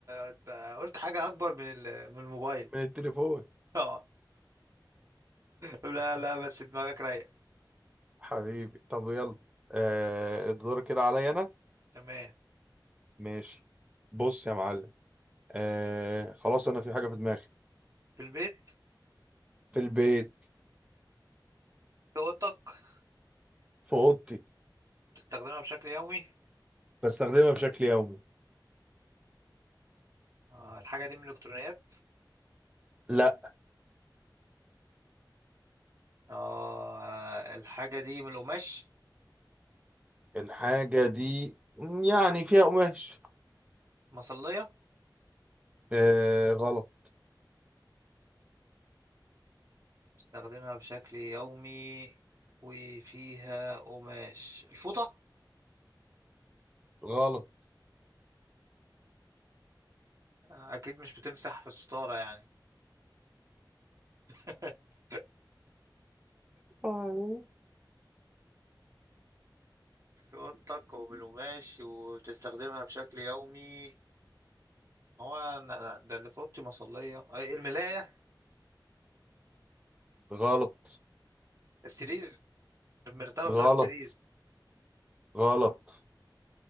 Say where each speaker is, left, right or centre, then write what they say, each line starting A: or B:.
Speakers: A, on the right; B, on the right.
A: انت قلت حاجة اكبر من ال- من الموبايل
B: من التليفون
A: اه لا لا بس دماغك رايقة
B: حبيبي طب يلا آه الدور كده عليا انا
A: تمام
B: ماشي بص يا معلم آه خلاص انا في حاجه في دماغي
A: في البيت
B: في البيت
A: في اوضتك
B: في اوضتي
A: بتستخدمها بشكل يومي
B: بستخدمها بشكل يومي
A: آه الحاجة دي من الالكترونيات
B: لا
A: آه الحاجة دي من القماش
B: الحاجه دي يعني فيها قماش
A: مصلية
B: آه غلط
A: استخدمها بشكل يومي وفيها قماش الفوطة
B: غلط
A: أكيد مش بتمسح في الستارة يعني <laughs>
B: آه،
A: في أوضتك ومن قماش وبتستخدمها بشكل يومي هو أنا- أنا- ده اللي في أوضتي مصلية أي الملاية
B: غلط
A: السرير المرتبة بتاع
B: غلط
A: السرير
B: غلط